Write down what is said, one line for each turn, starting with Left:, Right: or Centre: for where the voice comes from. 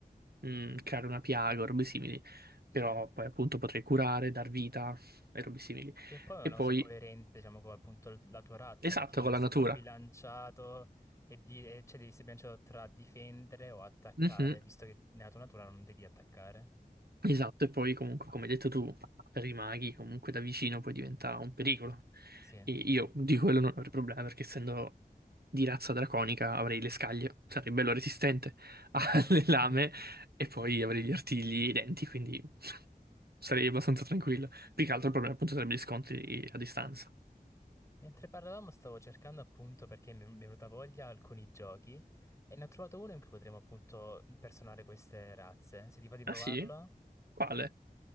Right: mh, creare una piaga o robe simili,
Left: Sì.
Right: però poi appunto potrei curare, dar vita e robe simili.
Left: Che poi è
Right: E
Left: una
Right: poi
Left: cosa coerente, diciamo, con appunto l- la tua razza,
Right: Esatto,
Left: perché devi
Right: con
Left: essere
Right: la natura.
Left: un po' bilanciato e, di- e- cioè devi essere bilanciato tra difendere o attaccare,
Right: Mhm,
Left: visto che nella tua natura non devi attaccare.
Right: Esatto, e poi comunque, come hai detto tu, per i maghi comunque da vicino poi diventa un pericolo.
Left: Sì,
Right: E io di quello non avrei problema perché essendo di razza draconica avrei le scaglie, sarei bello resistente
Left: vero.
Right: alle <laughs> lame
Left: <laughs>
Right: e poi avrei gli artigli e i denti, quindi sarei abbastanza tranquillo. Più che altro il problema appunto sarebbe gli scontri a distanza.
Left: Mentre parlavamo stavo cercando appunto perché mi mi è venuta voglia alcuni giochi e ne ho trovato uno in cui potremo appunto impersonare queste razze. Se ti va di provarlo?
Right: Ah sì? Quale?